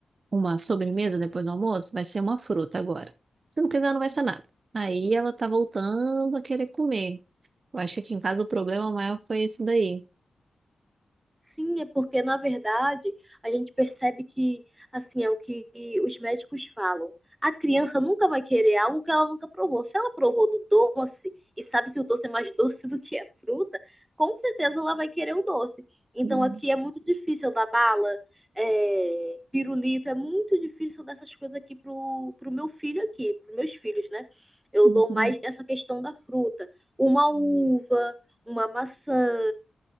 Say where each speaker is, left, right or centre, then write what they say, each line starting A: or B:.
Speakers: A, on the right (about 55°); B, on the right (about 20°).
A: uma sobremesa depois do almoço, vai ser uma fruta agora. Se não quiser, não vai ser nada. Aí ela tá voltando a querer comer. Eu acho que aqui em casa o problema maior foi esse daí.
B: Sim, é porque, na verdade, a gente percebe que, assim, é o que os médicos falam. A criança nunca vai querer algo que ela nunca provou. Se ela provou do doce e sabe que o doce é mais doce do que a fruta, com certeza ela vai querer o doce. Então
A: Uhum.
B: aqui é muito difícil da bala, é, pirulito, é muito difícil dessas coisas aqui pro, pro meu filho aqui, pros meus filhos, né? Eu
A: Uhum.
B: dou mais nessa questão da fruta. Uma uva, uma maçã.